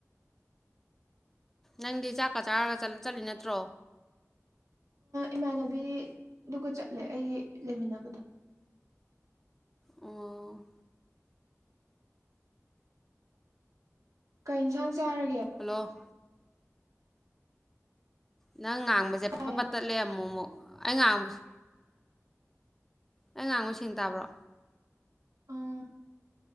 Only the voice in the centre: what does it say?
ꯅꯪꯗꯤ ꯆꯥꯛꯀ ꯆꯥꯔꯒ ꯆꯠꯂꯤ ꯅꯠꯇ꯭ꯔꯣ
ꯑꯣ
ꯍꯜꯂꯣ ꯅꯪ ꯉꯥꯡꯕꯁꯦ ꯄꯠꯇꯠꯂꯦ
ꯑꯃꯨꯛ ꯑꯃꯨꯛ ꯑꯩ ꯉꯥꯡꯕꯁꯦ ꯑꯩ ꯉꯥꯡꯕ ꯁꯦꯡ ꯇꯥꯕ꯭ꯔꯣ